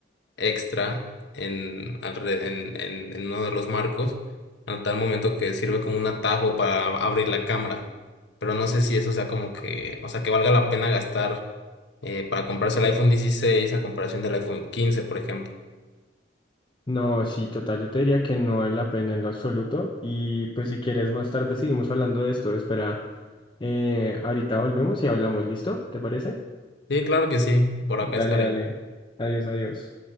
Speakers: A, on the left; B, on the left.
A: extra en, alre- en, en, en uno de los marcos, al tal momento que sirve como un atajo para ab- abrir la cámara. Pero no sé si eso sea como que, o sea, que valga la pena gastar eh, para comprarse el iPhone 16 a comparación del iPhone 15, por ejemplo.
B: No, sí, total, yo te diría que no es la pena en lo absoluto. Y pues si quieres más tarde seguimos hablando de esto. Espera, eh, ahorita volvemos y hablamos, ¿listo? ¿Te parece?
A: Sí, claro que sí, por
B: Dale,
A: acá estaré.
B: dale. Adiós, adiós.